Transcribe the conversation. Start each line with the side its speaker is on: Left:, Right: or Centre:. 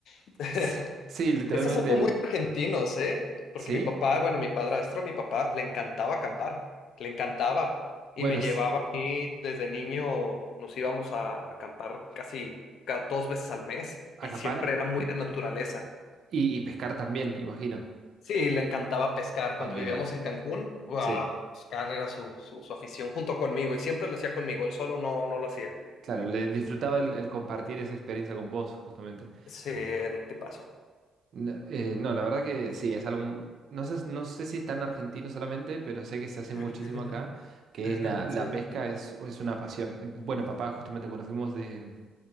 Left: <laughs>
Right: <laughs> Sí, literalmente...
Left: Esto es algo
Right: el-
Left: muy argentino, ¿eh? Porque
Right: ¿Sí?
Left: mi papá, bueno, mi padrastro, mi papá, le encantaba acampar, le encantaba.
Right: Bueno,
Left: Y me
Right: s-
Left: llevaba y desde niño nos íbamos a acampar casi ca- dos veces al mes
Right: acampar
Left: y siempre era muy de naturaleza.
Right: y, y pescar también, imagino.
Left: Sí, le encantaba pescar.
Right: Olvídate.
Left: Cuando vivíamos en Cancún, ¡guau!
Right: Sí,
Left: pescar era su, su, su afición junto conmigo y siempre lo hacía conmigo, él solo no, no lo hacía.
Right: claro, le disfrutaba el, el compartir esa experiencia con vos, justamente.
Left: Sí, te paso.
Right: No, eh, no, la verdad que sí, es algo. No sé, no sé si está en Argentina solamente, pero sé que se hace
Left: <laughs>
Right: muchísimo acá, que es la, la
Left: Sí,
Right: pesca,
Left: sí.
Right: es, es una pasión. Eh, Bueno, papá, justamente cuando fuimos de,